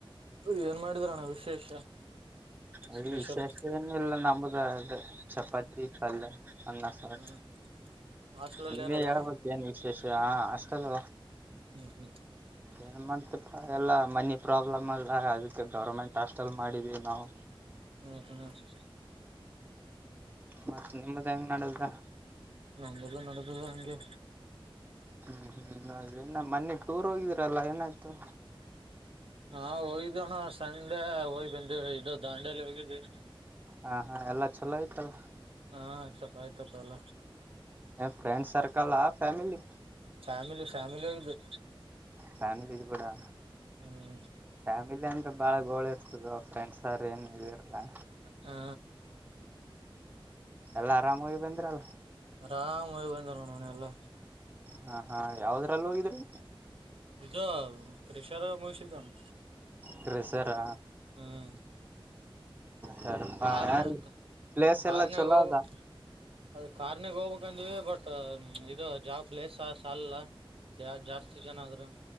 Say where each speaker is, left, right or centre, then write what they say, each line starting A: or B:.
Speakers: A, on the right; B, on the right.
A: ಏನ್ ಮಾಡಿದ್ರಣ ವಿಶೇಷ
B: ಅ
A: ಸ್ಪೆಷಲ್
B: ವಿಶೇಷ ಎನ ಇಲ್ಲ ನಮ್ಮಗೆ ಅ ಚಪಾತಿ ಪಲ್ಲೆ ಅನ್ನ ಸಾರ
A: ಹ್ಮ್ ಹಾಸ್ಟ್ಲಲ್ಲಿ
B: ನೀನೆ
A: ಇರೋದ
B: ಹೇಳ್ಬೇಕು
A: ಹ್ಮ್
B: ನೀ ವಿಶೇಷ ಹಾಸ್ಟೆಲ್
A: ಹ್ಮ್ ಹ್ಮ್
B: ಏನ್ ಮಾಡ್ತಿಪಾ ಎಲ್ಲಾ ಮನಿ ಪ್ರಾಬ್ಲಮ್ ಅಲ್ಲ ಅದಕ್ಕೆ ಗವರ್ನಮೆಂಟ್ ಹಾಸ್ಟೆಲ್ ಮಾಡಿದವಿ ನಾವು
A: ಹ್ಮ್ ಹ್ಮ್ ಹ್ಮ ಹ್ಮ
B: ಮತ್ತ ನಿಮ್ದ ಹೆಂಗ್ ನಡದ್ದ
A: ನಮ್ದು ನಡದದ ಹಂಗೆ
B: ಹ್ಮ್ ಹ್ಮ್ ಅದೇ ನ ಮೋನೆ ಟೂರಗ ಹೋಗಿದ್ರಲ್ಲ ಏನಾಯ್ತು
A: ಹಾ ಹೋಗಿದ್ದಣ್ಣ ಸಂಡೆ ಹೋಗ್ ಬಂದ ಇದು ದಾಂಡಲಿ ಹೋಗಿದ್ವಿ
B: ಹಾ ಹಾ ಎಲ್ಲಾ ಚಲೋ ಆಯ್ತಲ್ಲ
A: ಹಾ ಚಲೋ ಆಯ್ತಪ್ಪ ಎಲ್ಲಾ
B: ಫ್ರೆಂಡ್ ಸರ್ಕಲ್ ಆ ಫ್ಯಾಮಿಲಿ
A: ಫ್ಯಾಮಿಲಿ ಫ್ಯಾಮಿಲಿ ಹೋಗಿದ್ದಿವಿ
B: ಫ್ಯಾಮಿಲಿ ಇದು ಬಿಡು
A: ಹ್ಮ್.
B: ಫ್ಯಾಮಿಲಿ ಅಂದ್ರೆ ಬಾಳ ಗೋಳ ಇರ್ತದ ಫ್ರೆಂಡ್ಸ್ ಅವ್ರ ಏನು ಇದ ಇರಲಾ
A: ಹಾ
B: ಎಲ್ಲ ಆರಾಮೋಗಿ ಬಂದ್ರಲ್
A: ಆರಾಮ್ ಹೋಗಿ ಬಂದ ನೋಡೋಣ ಎಲ್ಲಾ
B: ಹ ಹಾ ಯಾವದ್ರಲ್ಲ ಹೋಗಿದ್ರಿ
A: ಇದು ಕ್ರಷರ ಮುಷಿದ್ದಂಗ
B: ಕ್ರೆಸರಾ
A: ಹ <inaudible>
B: ಸರ್
A: ಕಾರನಾಕ
B: ಯಾರು ಪ್ಲೇಸ್
A: ಕಾರ್
B: ಎಲ್ಲಾ
A: ನ್ಯಾಗ
B: ಚಲೋ
A: ಹೋಗ
B: ಅದ
A: ಬೇಕು. <inaudible> ಅದ ಕಾರ್ನಗ್ ಹೋಗ್ಬೇಕಂದಿವಿ ಬಟ್ ಇದು ಯಾವ ಪ್ಲೇಸ್ ಸಾಲಲ್ಲ. <inaudible> ಯಾರ ಜಾಸ್ತಿ ಜನ ಆದರೂ? <inaudible>